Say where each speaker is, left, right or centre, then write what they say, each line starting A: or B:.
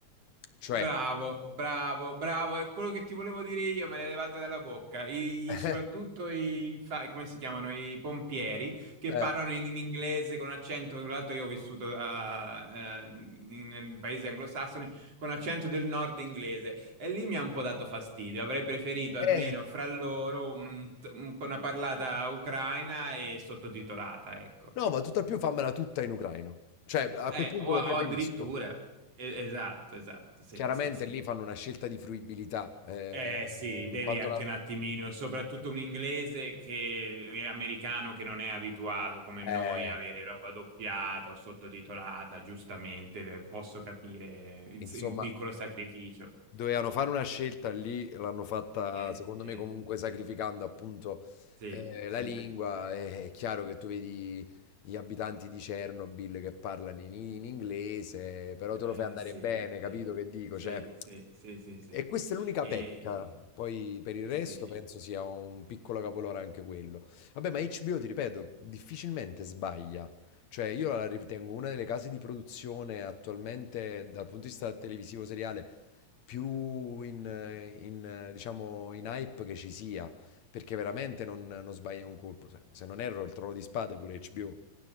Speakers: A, on the left; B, on the right.
A: Cioè,
B: Bravo, bravo, bravo. È quello che ti volevo dire io, me le levate dalla bocca. I,
A: <laughs>
B: soprattutto i, fa- come si chiamano? I pompieri che
A: eh,
B: parlano in, in inglese con accento. Tra l'altro, io ho vissuto ah, eh, in, in paesi anglosassoni con accento del nord inglese e lì mi ha un po' dato fastidio. Avrei preferito
A: eh,
B: almeno
A: eh,
B: fra loro un- un- un po' una parlata ucraina e sottotitolata, ecco.
A: no, ma tutt'al più fammela tutta in ucraino. Cioè, a
B: Eh,
A: quel punto
B: o,
A: lo
B: o
A: preferisco.
B: addirittura, eh, esatto, esatto, sì,
A: Chiaramente
B: sì, sì.
A: lì fanno una scelta di fruibilità. eh,
B: Eh
A: eh,
B: sì, devi
A: quanto
B: anche
A: la...
B: un attimino, soprattutto un inglese che è americano che non è abituato come noi
A: eh,
B: a avere roba doppiata o sottotitolata, giustamente, eh, posso capire il-
A: insomma...
B: un piccolo sacrificio.
A: Dovevano fare una scelta lì, l'hanno fatta
B: Eh,
A: secondo
B: eh,
A: me comunque sacrificando appunto
B: sì,
A: eh,
B: sì,
A: la lingua. Eh, È chiaro che tu vedi gli abitanti di Chernobyl che parlano in, in inglese, però te
B: eh,
A: lo fai andare
B: sì,
A: bene,
B: sì,
A: capito che dico?
B: sì,
A: Cioè,
B: sì, sì, sì, sì.
A: e questa è l'unica
B: E-
A: pecca. Poi per il
B: sì.
A: resto penso sia un piccolo capolore anche quello. Vabbè, ma HBO, ti ripeto, difficilmente sbaglia. Cioè, io la ritengo una delle case di produzione attualmente, dal punto di vista televisivo seriale, più in, eh, in, eh, diciamo, in hype che ci sia. Perché veramente non, non sbaglia un colpo. Se se non erro, il Trono di Spade è pure HBO.